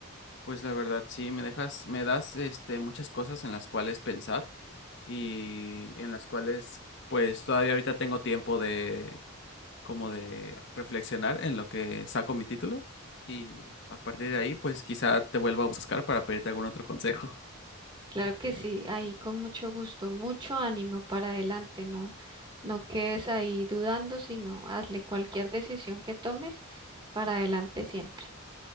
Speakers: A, on the left; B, on the right.
A: Pues la verdad, sí, me dejas, me das este muchas cosas en las cuales pensar y en las cuales pues todavía ahorita tengo tiempo de como de reflexionar en lo que saco mi título y a partir de ahí pues quizá te vuelva a buscar para pedirte algún otro consejo. <laughs>
B: Claro que sí, ahí con mucho gusto, mucho ánimo para adelante, no, no quedes ahí dudando, sino hazle cualquier decisión que tomes para adelante siempre.